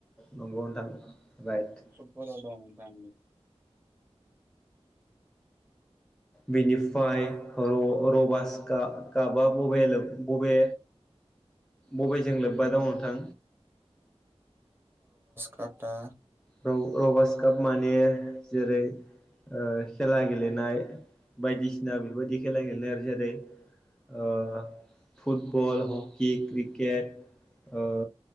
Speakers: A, in the centre; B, on the right (about 20°).
A: नंगौ नोंथां राइट।
B: फुटबलाव दं नोंथां
A: बिनिफ्राय र रबास काप कापा बबे बबे बबेजों लोब्बा दं नोंथां?
B: खाटा
A: र रबारस काप माने जेरै ओ खेला गेलेनाय बायदिसिना बेबायदि खेला गेलेनाय आरो जेरै ओ फुटबल, हकि, क्रिकेट ओ